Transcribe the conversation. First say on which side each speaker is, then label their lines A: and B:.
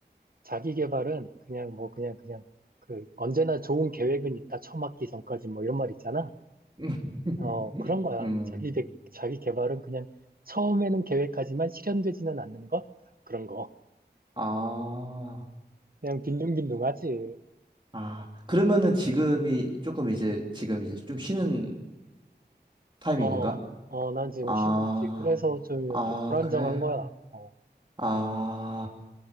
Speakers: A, on the right; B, on the right.
A: 자기 개발은 그냥 뭐, 그냥, 그냥, 그, 언제나 좋은 계획은 있다, 처 맞기 전까지 뭐 이런 말 있잖아.
B: <laughs>
A: 어, 그런 거야.
B: 음,
A: 자기, 개- 자기 개발은 그냥 처음에는 계획하지만 실현되지는 않는 것? 그런 거.
B: 아,
A: 그냥 빈둥빈둥하지.
B: 아, 그러면은 지금이 조금 이제 지금 이제 좀 쉬는 타이밍인가?
A: 어, 어, 난 지금
B: 아,
A: 쉬고 있지. 그래서 좀 이렇게
B: 아,
A: 불안정한
B: 그래.
A: 거야. 어.
B: 아,